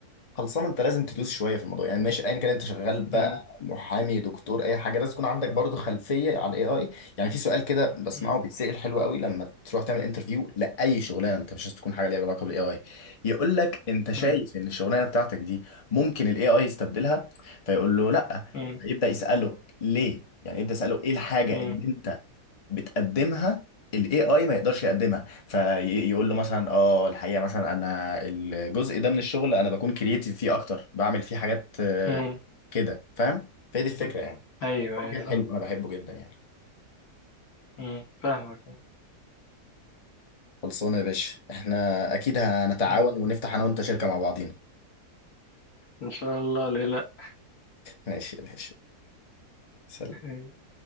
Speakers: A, on the left; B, on the left.
A: خلصان انت لازم تدوس شويه في الموضوع يعني ماشي ايا كان انت شغال بقى
B: مم.
A: محامي دكتور اي حاجه لازم يكون عندك برضو خلفيه على الاي اي يعني في سؤال كده بسمعه
B: مم.
A: بيتسال حلو قوي لما تروح تعمل انترفيو لاي شغلانه انت مش عايز تكون حاجه ليها علاقه بالاي اي يقول لك انت شايف
B: مم.
A: ان الشغلانه بتاعتك دي ممكن الاي اي يستبدلها فيقول له لا
B: مم.
A: فيبدا يساله ليه يعني يبدا يساله ايه الحاجه
B: مم.
A: اللي انت بتقدمها الاي اي ما يقدرش يقدمها فيقول له مثلا اه الحقيقه مثلا انا الجزء ده من الشغل انا بكون كرييتيف فيه اكتر بعمل فيه حاجات آه،
B: مم.
A: كده فاهم فهي دي الفكره يعني
B: أيوه أيوه
A: كده
B: فاهم
A: حلو انا بحبه جدا يعني
B: مم. فاهمك
A: خلصانه يا باشا احنا اكيد هنتعاون
B: مم.
A: ونفتح انا وانت شركه مع بعضينا
B: إن شاء الله ليه لأ
A: ماشي يا باشا سلام
B: <laughs>